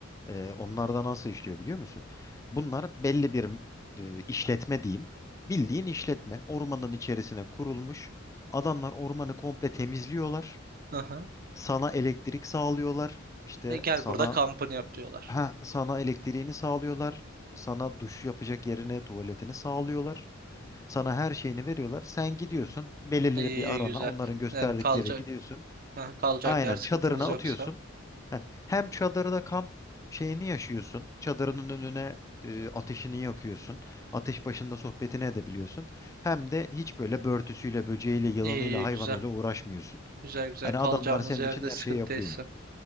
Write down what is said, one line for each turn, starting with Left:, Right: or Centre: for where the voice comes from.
Left: Ee, onlar da nasıl işliyor biliyor musun? Bunlar belli bir e, işletme diyeyim. Bildiğin işletme ormanın içerisine kurulmuş. Adamlar ormanı komple temizliyorlar.
Right: Aha.
Left: Sana elektrik sağlıyorlar. İşte
Right: E gel
Left: sana
Right: burada kampını yap diyorlar.
Left: ha sana elektriğini sağlıyorlar. Sana duş yapacak yerine tuvaletini sağlıyorlar. Sana her şeyini veriyorlar. Sen gidiyorsun belirli
Right: İyi iyi
Left: bir arana
Right: güzel.
Left: onların gösterdikleri
Right: Yani kalacak
Left: gidiyorsun.
Right: ha, kalacak
Left: Aynen
Right: yer sıkıntımız
Left: çadırına
Right: yoksa.
Left: atıyorsun. Heh, Hem çadırda kamp şeyini yaşıyorsun. Çadırının önüne e, ateşini yakıyorsun. Ateş başında sohbetini edebiliyorsun. Hem de hiç böyle börtüsüyle, böceğiyle, yılanıyla,
Right: İyi iyi
Left: hayvanıyla
Right: güzel.
Left: uğraşmıyorsun.
Right: Güzel güzel
Left: Hani
Right: kalacağımız
Left: adamlar senin
Right: yerde
Left: için her
Right: sıkıntıysa.
Left: şeyi yapıyor.